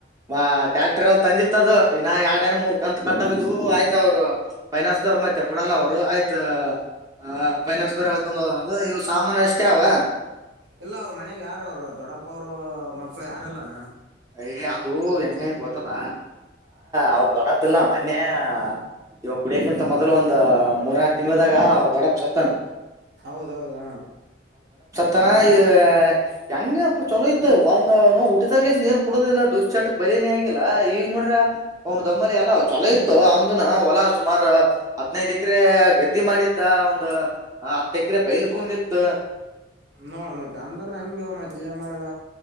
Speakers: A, on the right; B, on the right.
A: ಾ ಟ್ಯಾಕ್ಟರ್ ಎಲ್ಲ ತಂದಿತ್ತದು ಇನ್ನ ಎರಡ ಾರ ಮೂರ್ ಕಂತತ್ ಕಟ್ಟಿದು ಆಯ್ತ ಅವ್ರು ಫೈನಾನ್ಸ್ ದವ್ರ ಮತ್ತೆ ಪಡಲ್ಲ ಅವ್ರು ಆಯ್ತಾ ಹ ಫೈನಾನ್ಸ್ ದವರು ಹಳ್ಕೊಂಡ್ ಹೋದನದು ಇವು ಸಾಮಾನು ಅಷ್ಟೇ ಅಲ್ಲಾ
B: ಇಲ್ಲ ಅವ್ರ ಮನಯಾಗ ಯಾರ ಅವರು ದೊಡ್ಡಪ್ಪ ಅವ್ರು ಅವ್ರ ಮಕ್ಕಳು ಯಾರಲ್ಲಾನ
A: ಯ ಅದು ಹೆಂಗಯತ್ ಗೊತ್ತದ ಅವ್ರ ದೊಡತ್ತಲ್ಲ ಮೊನ್ನೆ ಇವಾಗ ಕುಡಿಯಕಿಂತ ಮೊದ್ಲು ಒಂದ್ ಮೂರ್ನಾಾಕಕ್ ತಿಂಗಳದಾಗ ಅವ್ರ ದೊಡಪ್ ಸತ್ತಾನ
B: ಹೌದೌದಾ
A: ತನ ಹೆಂಗಗೆಪ್ಪ ಚಲೋ ಇದ್ದ ಒಂದ ನೋ ಉಟ್ಟಿದಾಗ್ ಕುಡುದಿಲ್ಲ ದುಶ್ಚಟಕ್ ಬಲನೇ ಆಗಿಲ್ಲ ಈಗ ನೋಡ್ರ ಅವ್ ದಮ್ಮನಿ ಎಲ್ಲ ಚೊಲೋ ಇತ್ತು ಅವಂದನ ಹೊಲ ಸುಮಾರು ಹದಿನೈದು ಎಕರೆ ಗದ್ದಿ ಮಾಡಿದ್ದ ಒಂದು ಹತ್ತೆಕರೆೆ ಬೈಲ್ ಭೂಮಿ ಇತ್ತು
B: ನೋಡ್ ಮತ್ ಅಂದ್ರ ಹಂಗ ಮತ್ತತ್ ಏನ್ ಮಾಡದ